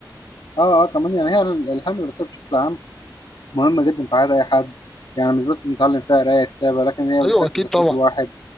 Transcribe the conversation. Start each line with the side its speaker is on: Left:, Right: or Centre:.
Left: اه اه كمان يعني هي ال- الحياه المدرسيه بشكل عام مهمه جدا في حياه اي حد يعني مش بس بنتعلم فيها قرايه كتابه لكن هي
Centre: أيوه
Left: بتشكل
Centre: أكيد
Left: شخصيه
Centre: طبعا
Left: الواحد